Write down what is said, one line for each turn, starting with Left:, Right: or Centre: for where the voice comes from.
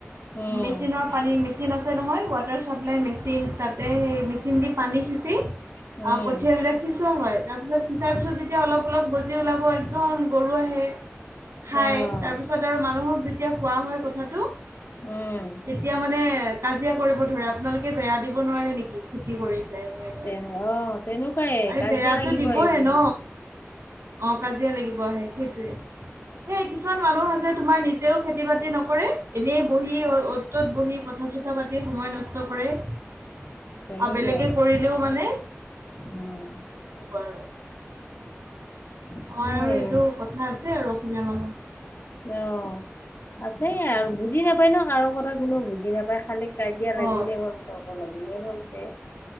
Left: উম,
Right: মেচিনৰ পানী মেচিন আছে ৱাটাৰ চাপ্লাই মেচিন তাতে সেই মেচিন দি পানী সিঁচি আৰু
Left: উম,
Right: কঠিয়া বিলাক সিচুৱা হয়। তাৰপিছত সিচাৰ পিছত যেতিয়া অলপ অলপ গজি ওলাব একদম গৰু আহে খাই
Left: সেয়া অ',
Right: তাৰপিছত আৰু মানুহক যেতিয়া কোৱা হয় কথাটো
Left: উম।
Right: তেতিয়া মানে কাজিয়া কৰিব ধৰে আপোনালোকে বেৰা দিব নোৱাৰে নেকি খেতি কৰিছে এনেকে কয়
Left: তেনে অ তেনেকোৱাই
Right: আৰে
Left: কাজিয়া
Right: বেৰাটো
Left: লাগিব
Right: দিবই
Left: আহিব।
Right: ন অ কাজিয়া লাগিব আহে সেই। সেই কিছুমান মানুহ আছে তোমাৰ নিজেও খেতি বাতি নকৰে। এনেই বহি অ অ'ত ত'ত বহি কথা চ। থা পাতি সময় নষ্ট কৰে আৰু
Left: তেনেকুৱাই
Right: বেলেগে কৰিলেও মানে।
Left: উম,
Right: এনেকুৱা আৰু।
Left: সেয়াই
Right: আমাৰ আৰু এইটো কথা আছে আৰু অসমীয়া মানুহ।
Left: অ'। আছে আৰু বুজি নাপায় ন কাৰো কথা কোনেও বুজি নাপায় খালি কাজিয়া লাগিলেই
Right: অ
Left: হ'ল ত লাগে। এনে হলতে।